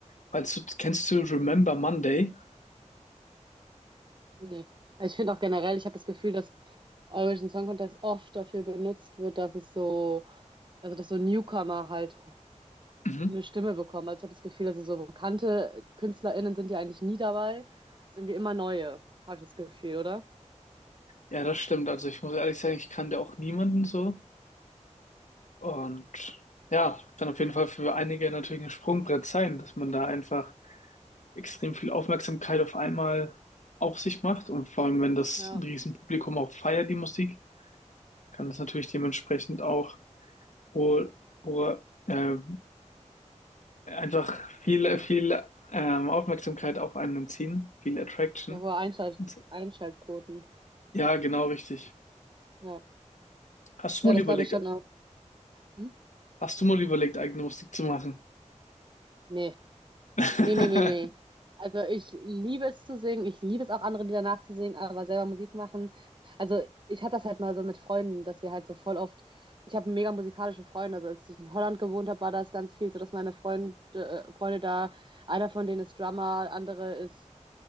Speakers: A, on the left; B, on the right.
A: Weil du, kennst du Remember Monday?
B: Nee. Ich finde auch generell, ich habe das Gefühl, dass Eurovision Song Contest oft dafür benutzt wird, dass es so, also dass so Newcomer halt
A: Mhm.
B: eine Stimme bekommen. Also ich habe das Gefühl, also so bekannte KünstlerInnen sind ja eigentlich nie dabei. Es sind irgendwie immer neue, habe ich das Gefühl, oder?
A: Ja, das stimmt. Also ich muss ehrlich sagen, ich kannte auch niemanden so. Und ja, kann auf jeden Fall für einige natürlich ein Sprungbrett sein, dass man da einfach extrem viel Aufmerksamkeit auf einmal auf sich macht. Und vor allem, wenn das
B: Ja.
A: ein Riesenpublikum auch feiert, die Musik, kann das natürlich dementsprechend auch pro, pro, äh, einfach viel, viel ähm, Aufmerksamkeit auf einen ziehen, viel Attraction.
B: Ja, hohe Einschalt
A: Und,
B: Einschaltquoten.
A: ja, genau richtig.
B: Ja.
A: Hast
B: Ja,
A: du mal
B: das
A: überlegt,
B: glaube ich schon auch. Hm?
A: hast du mal überlegt, eigene Musik zu machen?
B: Nee.
A: <laughs>
B: Nee, nee, nee, nee. Also ich liebe es zu singen, ich liebe es auch andere Lieder nachzusingen, aber selber Musik machen. Also ich hatte das halt mal so mit Freunden, dass wir halt so voll oft, ich habe mega musikalische Freunde, also als ich in Holland gewohnt habe, war das ganz viel so, dass meine Freunde, äh, Freunde da, einer von denen ist Drummer, andere ist